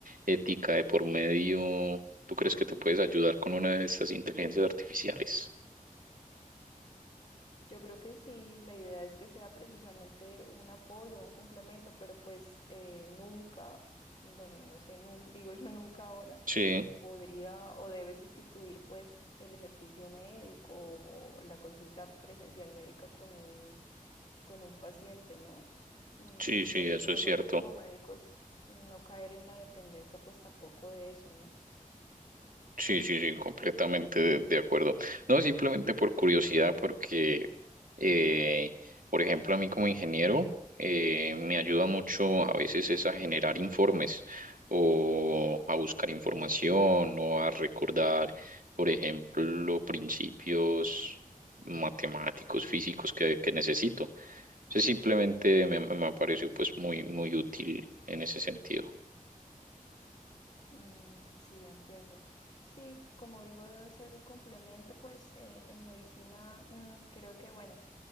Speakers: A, on the right; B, on the left.
A: ética de por medio, ¿tú crees que te puedes ayudar con una de estas inteligencias artificiales?
B: Yo creo que sí, la idea es que sea precisamente un apoyo, un complemento, pero pues eh, nunca, bueno, no sé, nun- digo yo nunca ahora,
A: Sí,
B: podría o debe sustituir pues el ejercicio médico o la consulta presencial médica con un, con un paciente, ¿no? Mm,
A: sí,
B: Y
A: sí,
B: pues
A: eso
B: nosotros
A: es cierto.
B: como médicos no caer en la dependencia pues tampoco de eso, ¿no?
A: Sí, sí, sí, completamente de, de acuerdo. No, simplemente por curiosidad, porque, eh, por ejemplo, a
B: Ujú.
A: mí como ingeniero, eh, me ayuda mucho a veces es a generar informes o a buscar información o a recordar, por ejemplo, principios matemáticos, físicos que, que necesito. Entonces, simplemente me, me ha parecido pues muy, muy útil en ese sentido.
B: Mm, sí, entiendo. Sí, como digo, debe ser un complemento, pues eh, en medicina mm, creo que, bueno,